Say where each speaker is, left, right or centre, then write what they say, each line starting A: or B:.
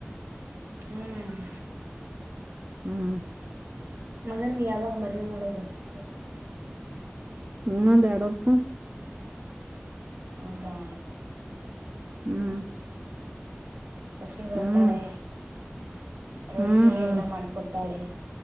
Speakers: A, on the right; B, on the right.
A: ಹ್ಮ್
B: ಹ್ಮ್
A: ಮಗನ್ಿಗೆ ಯಾವಾಗ ಮದ್ೆ ಮಾಡೋದು.
B: <inaudible> ಇನ್ನೊಂದು ಎರಡು ವರ್ಷ.
A: ಹೌದು.
B: ಹ್ಮ್-
A: ಸೋಸಿ
B: ಹ್ಮ್
A: ಬರ್ತಾಳೆ ರೊಟ್ಟಿ
B: ಹ್ಮ್ ಹ್ಮ್
A: ಎಲ್ಲ ಮಾಡ್ಕೊಡ್ತಾಳೆ.